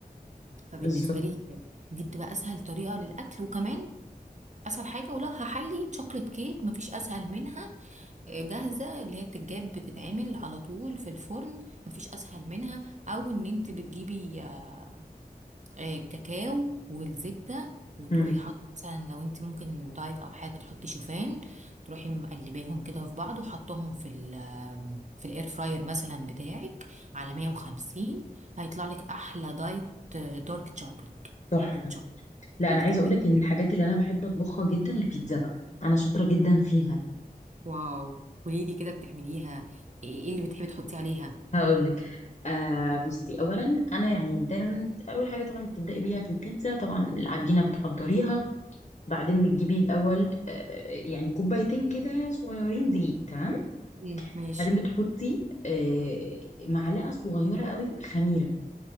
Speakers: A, on the right; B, on the left.
A: فبالنسبه
B: بالظبط
A: لي دي بتبقى اسهل طريقه للاكل وكمان اسهل حاجه ولو هحلي شوكليت كيك مفيش اسهل منها آه، جاهزه اللي هي بتتجاب بتتعمل على طول في الفرن مفيش اسهل منها او ان انت بتجيبي آه، آه، كاكاو والزبدة وتروحي
B: امم
A: حاطة مثلا لو انت ممكن دايت او حاجة تحطي شوفان تروحي مقلباهم كده في بعض وحطهم في ال آه، في الاير فراير مثلا بتاعك على 150 هيطلع لك احلى دايت آه، دارك شوكليت
B: تحفه
A: او شوكليت
B: لا
A: بالكاكاو
B: انا عايزه اقول لك ان الحاجات اللي انا بحب اطبخها جدا البيتزا بقى انا شاطره جدا فيها
A: واو قولي لي كده بتعمليها ايه إيه اللي بتحبي تحطي عليها
B: هقول لك آه بصي اولا انا يعني دايما اول حاجه طبعا بتبداي بيها في البيتزا طبعا العجينه بتحضريها بعدين بتجيبي الأول آه، آه، يعني كوبايتين كده صغيرين دقيق تمام
A: مم. ماشي
B: بعدين بتحطي آه، معلقة صغيرة قوي خميرة